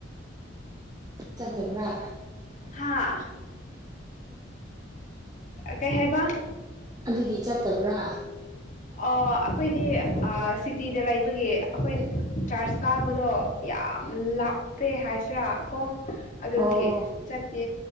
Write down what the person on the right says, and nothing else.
ꯆꯠꯇꯔꯅꯥ
ꯑꯗꯨꯒꯤ ꯆꯠꯇꯕ꯭ꯔꯥ
ꯑꯣ